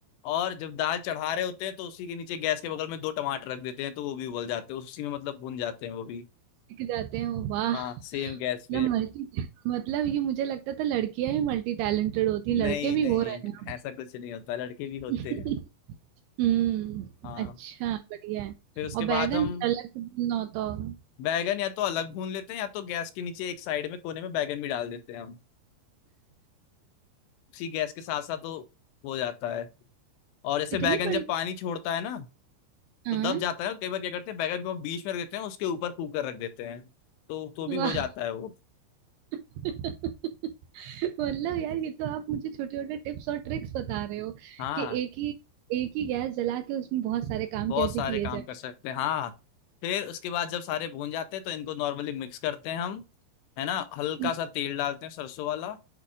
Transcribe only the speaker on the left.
और जब दाल चढ़ा रहे होते हैं तो उसी के नीचे गैस के बगल में दो टमाटर रख देते हैं तो वो भी उबल जाते हैं उसी में मतलब भुन जाते हैं वो भी
हाँ सेम गैस
पे
नहीं
नहीं
ऐसा कुछ नहीं होता लड़के भी होते
हैं
हाँ
फिर उसके
बाद हम
बैगन या तो अलग भून लेते हैं या तो गैस के नीचे एक साइड में कोने में बैगन भी डाल देते हैं हम उसी गैस के साथ साथ तो हो जाता है और जैसे
बैगन
जब पानी छोड़ता है ना
तो दब जाता है और कई बार क्या करते हैं बैगन को हम बीच में रख देते हैं उसके ऊपर कुकर रख देते हैं तो तो भी
हो जाता है वो
हाँ
बहुत
सारे
काम
कर सकते हैं हाँ फिर उसके बाद जब सारे भून जाते हैं तो इनको नॉर्मली मिक्स करते हैं हम है ना हल्का
सा तेल डालते हैं सरसों वाला